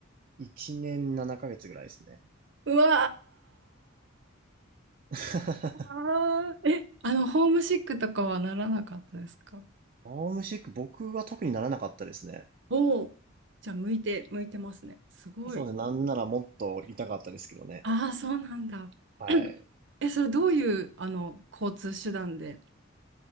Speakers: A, on the right (about 45°); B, on the right (about 60°).
A: 1年7ヶ月ぐらいですね。
B: うわ
A: <laughs>
B: ー。あーえ、あの、ホームシックとかはならなかったですか
A: ホームシック、僕は特にならなかったですね。
B: おお、じゃあ向いて、向いてますね。すごい。
A: そうですね、なんならもっと痛かったですけどね。
B: ああ、そうなんだ。
A: はい。
B: <clears throat> え、それどういう、あの、交通手段で